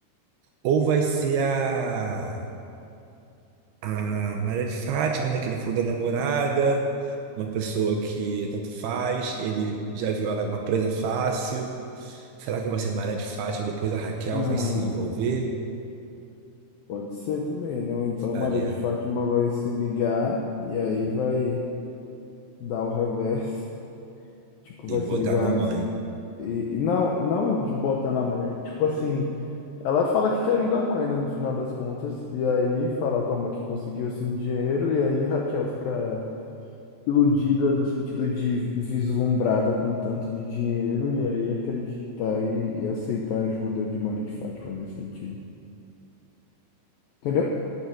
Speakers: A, on the right (about 75°); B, on the left (about 80°).
A: Ou vai ser a a Maria de Fátima, né, que ele falou da namorada, uma pessoa que tanto faz, ele já viu ela uma presa fácil. Será que vai ser Maria de Fátima e depois a Raquel
B: Ah,
A: vai se envolver?
B: pode ser também, né? Ou então
A: Faria
B: Maria de Fátima vai se ligar e aí vai dar o reverso. <laughs> Tipo, vai
A: e botar
B: se ligar
A: na mãe.
B: antes. E, e não, não de botar na mãe. Tipo assim, ela fala que quer ajudar a mãe, né? No final das contas. E aí fala com a mãe que conseguiu esse dinheiro. E aí Raquel fica. iludida no sentido de vislumbrada com tanto de dinheiro e aí acreditar e, e aceitar a ajuda de Maria de Fátima nesse sentido. Entendeu?